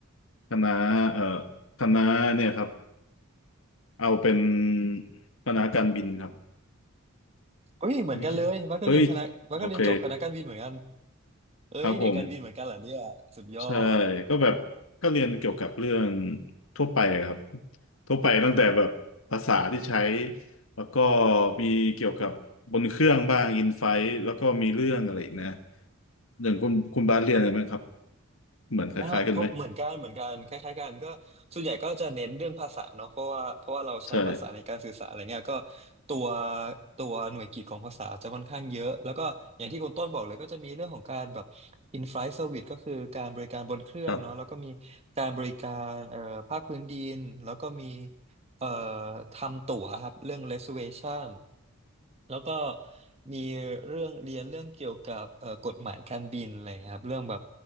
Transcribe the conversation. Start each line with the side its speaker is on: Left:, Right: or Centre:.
Left: คณะเอ่อคณะเนี่ยครับเอาเป็นคณะการบินครับ
Right: เฮ้ยเหมือนกันเลยวัดก็เรียนคณะวัดก็เรียนจบคณะการบินเหมือนกัน
Left: โอเคเฮ้ยโอเค
Right: เอ้ยเด็กการบินเหมือนกันเหรอเนี่ยสุดยอด
Left: ครับผม ใช่ก็แบบก็เรียนเกี่ยวกับเรื่องทั่วไปครับทั่วไปตั้งแต่แบบภาษาที่ใช้แล้วก็มีเกี่ยวกับบนเครื่องบ้างอินไฟท์แล้วก็มีเรื่องอะไรอีกนะอย่างคุณคุณบาสเรียนอะไรไหมครับเหมือนคล้ายๆกันไหม
Right: เออพบเหมือนกันเหมือนกันคล้ายๆกันก็ส่วนใหญ่ก็จะเน้นเรื่องภาษาเนาะเพราะว่าเพราะว่าเราใช้ภาษาในการสื่อสารอะไรเงี้ยก็
Left: ใช่
Right: ตัวตัวหน่วยกิตของภาษาจะค่อนข้างเยอะแล้วก็อย่างที่คุณต้นบอกเลยก็จะมีเรื่องของการแบบ in-flight service ก็คือการบริการบนเครื่องเนาะแล้วก็มีการบริการเอ่อภาคพื้นดินแล้วก็มี
Left: ครับ
Right: เอ่อทำตั๋วครับเรื่อง reservation แล้วก็มีเรื่องเรียนเรื่องเกี่ยวกับเอ่อกฎหมายการบินอะไรเงี้ยครับเรื่องแบบ